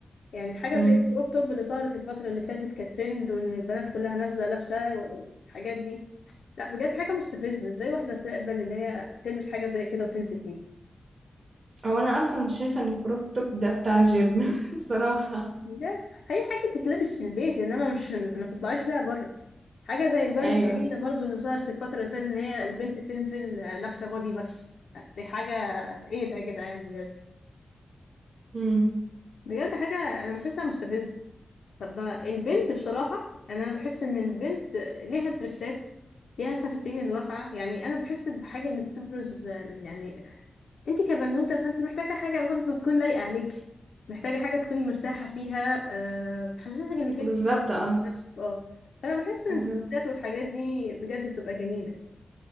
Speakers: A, on the left (about 75°); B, on the right (about 40°).
A: يعني حاجة
B: مم.
A: زي الكروب توب اللي ظهرت الفترة اللي فاتت كترند وإن البنات كلها نازلة لابسة والحاجات دي لا بجد حاجة مستفزة إزاي واحدة تقبل إن هي تلبس حاجة زي كده وتنزل بيها
B: أو أنا أصلا شايفة إن الكروب توب ده بتاع جيم <laughs> بصراحة
A: بجد هي حاجة تتلبس في البيت إنما مش ما تطلعيش بيها بره حاجة زي البادي
B: أيوه
A: الفريدة برضو اللي ظهرت الفترة اللي فاتت إن هي البنت تنزل آه، لابسة بادي بس دي حاجة إيه ده يا جدعان بجد
B: مم.
A: بجد حاجة أنا بحسها مستفزة طب البنت بصراحة أنا بحس إن البنت ليها درسات ليها الفساتين الواسعة يعني أنا بحس الحاجة اللي بتبرز يعني أنت كبنوتة فأنت محتاجة حاجة برضه تكون لايقة عليكي محتاجة حاجة تكوني مرتاحة فيها أه بتحسسك إنك
B: بالظبط
A: أنت كبرت
B: اه
A: في نفسك أه فأنا بحس إن
B: بالظبط
A: الدرسات والحاجات دي بجد بتبقى جميلة